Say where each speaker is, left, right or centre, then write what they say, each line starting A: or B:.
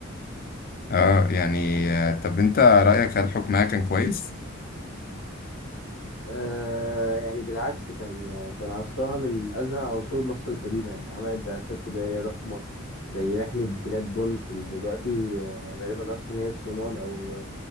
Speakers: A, on the left; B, on the left.
A: اه يعني آه، طب انت رأيك هل حكمها كان كويس؟
B: آه يعني بالعكس كان كان عصرها من أزهى عصور مصر القديمة يعني عملت بعثات تجارية ضخمة زي رحلة بلاد بونت اللي دلوقتي آه، غالبا أصلا هي الصومال أو